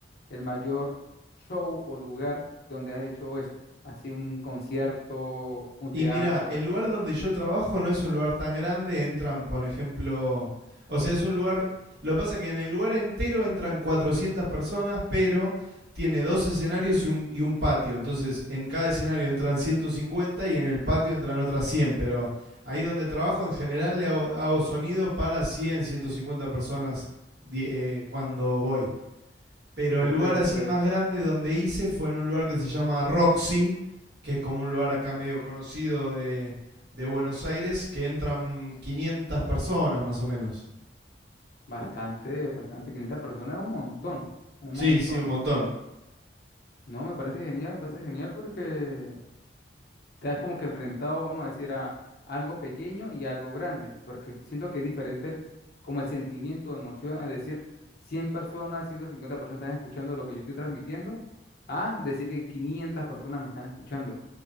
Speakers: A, on the left (about 60°); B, on the right (about 65°).
A: el mayor show o lugar donde has hecho eso? ¿Así un concierto, un
B: Y
A: teatro?
B: mira, el lugar donde yo trabajo no es un lugar tan grande, entran, por ejemplo, o sea, es un lugar, lo que pasa es que en el lugar entero entran 400 personas, pero tiene dos escenarios y un, y un patio, entonces en cada escenario entran 150 y en el patio entran otras 100, pero ahí donde trabajo en general le hago, hago sonido para 100, 150 personas di- eh, cuando voy. Pero
A: Ok,
B: el lugar
A: ok.
B: así más grande donde hice fue en un lugar que se llama Roxy, que es como un lugar acá medio conocido de, de Buenos Aires, que entran 500 personas más o menos.
A: Bastante, bastante. 500 personas, es un montón, un
B: Sí,
A: montón.
B: sí, un montón.
A: No, me parece genial, me parece genial porque te has como que enfrentado, vamos a decir, a algo pequeño y algo grande, porque siento que es diferente el, como el sentimiento, emoción, a decir 100 personas, 150 personas están escuchando lo que yo estoy transmitiendo, a decir que 500 personas me están escuchando.